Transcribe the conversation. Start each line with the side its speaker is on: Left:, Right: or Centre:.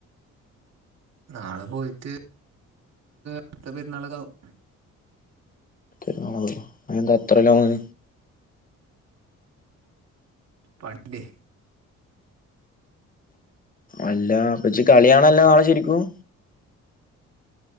Right: നാളെ പോയിട്ട് അടുത്ത പെരുന്നാൾക്ക ആാവും
Left: ുന്നാളോ അെ എന്താ അത്ര ലോങ്
Right: പണ്ട്
Left: അല്ല അപ്പച്ചി കളിയണല്ല നാളെ ശരിക്കും